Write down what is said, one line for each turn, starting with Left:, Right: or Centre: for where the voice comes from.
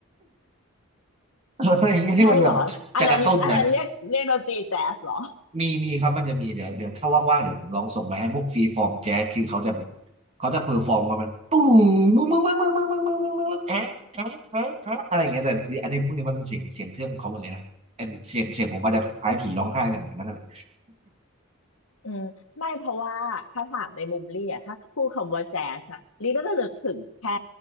Right: อะไรอย่างเงี้ยที่มันแบบจะกระตุ้นหน่อย
Left: ใช่เหรออันนั้นอันนั้นเรียกเรียกดนตรีแจ๊สเหรอ
Right: มีมีครับมันจะมีเดี๋ยวเดี๋ยวถ้าว่างๆเดี๋ยวผมลองส่งไปให้พวกฟรีฟอร์มแจ๊สคือเขาจะแบบเขาจะเพอร์ฟอร์มกัน <laughs> มันปุ้มมึงมึงมึงมึงมึงมึงมึงมึงมึงแอ๊ะแอ๊ะแอ๊ะแอ๊ะอะไรอย่างเงี้ยแต่คืออันนี้พวกนี้มันเป็นเสียงเสียงเครื่องของเขาหมดเลยนะอันเสียงเสียงผมอาจจะคล้ายผีร้องไห้เหมือนกันนั่นแหละ
Left: อืมไม่เพราะว่าถ้าถามในมุมลี่อ่ะถ้าพูดคำว่าแจ๊สอ่ะลี่ก็จะนึกถึงแค่